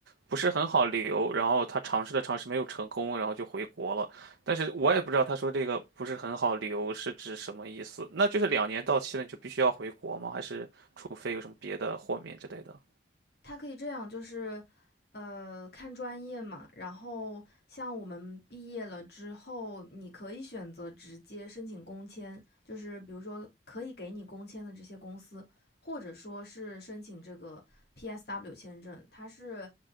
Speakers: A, on the right; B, on the left.
A: 不是很好留，然后他尝试了尝试没有成功，然后就回国了。但是我也不知道他说这个不是很好留是指什么意思，那就是两年到期了你就必须要回国吗？还是除非有什么别的豁免之类的？
B: 它可以这样，就是，呃，看专业嘛。然后像我们毕业了之后，你可以选择直接申请工签，就是比如说可以给你工签的这些公司，或者说是申请这个 PSW 签证，它是